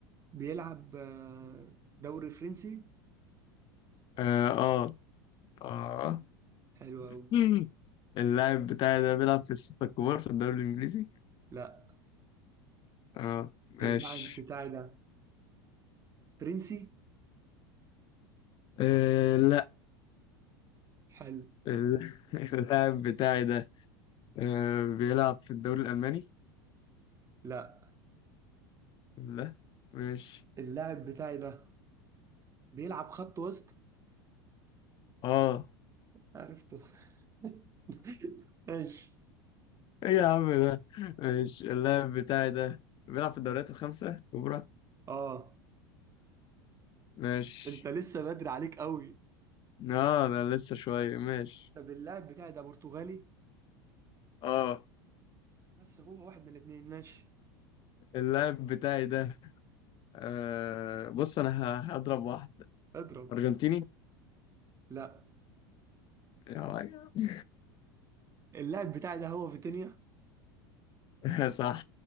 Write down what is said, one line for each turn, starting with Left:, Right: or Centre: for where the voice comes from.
Right: بيلعب آه، دوري فرنسي
Left: آه آه, آه.
Right: حلو حلو
Left: <laughs>
Right: أوي
Left: مم. اللاعب بتاعي ده بيلعب في الستة الكبار في الدوري الإنجليزي
Right: لا
Left: آه ماشي
Right: اللاعب بتاعي ده فرنسي
Left: آه لا
Right: حلو
Left: ال- <laughs> اللاعب بتاعي ده آه بيلعب في الدوري الألماني
Right: لا
Left: لا ماشي
Right: اللاعب بتاعي ده بيلعب خط وسط
Left: آه
Right: عرفته <laughs> ماشي
Left: إيه يا عم ده ماشي اللاعب بتاعي ده بيلعب في الدوريات الخمسة الكبرى
Right: اه
Left: ماشي
Right: انت لسه بدري عليك قوي
Left: آه ده لسه شوية ماشي
Right: طب اللاعب بتاعي ده برتغالي
Left: آه
Right: بس هو واحد من الاثنين ماشي
Left: اللاعب بتاعي ده أه بص انا ه- هضرب واحد
Right: اضرب
Left: ارجنتيني
Right: لا
Left: يا راجل.
Right: اللاعب بتاعي ده هو فيتينيا
Left: <laughs> صح